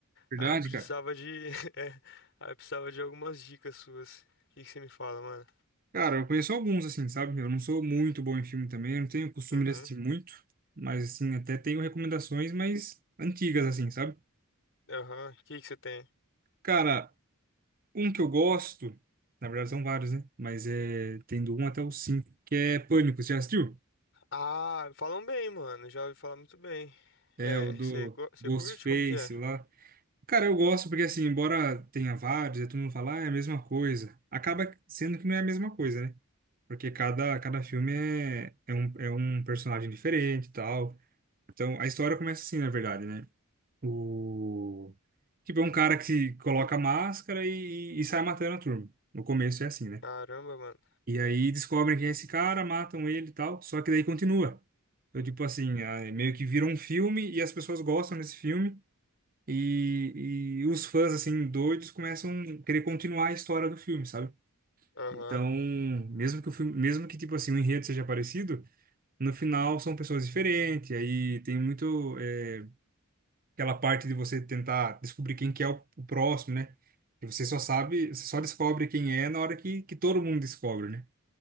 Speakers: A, on the right; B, on the left.
A: Verdade,
B: Aí eu precisava
A: cara.
B: de... <laughs> é, aí eu precisava de algumas dicas suas. O que que você me fala, mano?
A: Cara, eu conheço alguns, assim, sabe? Eu não sou muito bom em filme também, eu não tenho costume
B: Uhum,
A: de assistir muito, mas, assim, até tenho recomendações mais antigas, assim, sabe?
B: aham. O que que você tem?
A: Cara, um que eu gosto, na verdade são vários, né? Mas é, tem do 1 até o 5 que é Pânico, você já assistiu?
B: Ah, falam bem, mano. Já ouvi falar muito bem.
A: É
B: É,
A: o do
B: você cu- você
A: Ghostface
B: curte? Como que é?
A: lá. Cara, eu gosto porque, assim, embora tenha vários, e todo mundo fala, ah, é a mesma coisa, acaba sendo que não é a mesma coisa, né? Porque cada, cada filme é, é, um, é um personagem diferente e tal. Então, a história começa assim, na verdade, né? O... Tipo, é um cara que se coloca a máscara e, e sai matando a turma. No começo é assim, né?
B: Caramba, mano.
A: E aí descobrem quem é esse cara, matam ele e tal. Só que daí continua. Então, tipo assim, é meio que vira um filme e as pessoas gostam desse filme. E, e os fãs, assim, doidos começam a querer continuar a história do filme, sabe?
B: Aham.
A: Então, mesmo que o filme, mesmo que, tipo assim, o enredo seja parecido no final são pessoas diferentes, aí tem muito eh, aquela parte de você tentar descobrir quem que é o, o próximo, né? Que você só sabe, você só descobre quem é na hora que, que todo mundo descobre, né?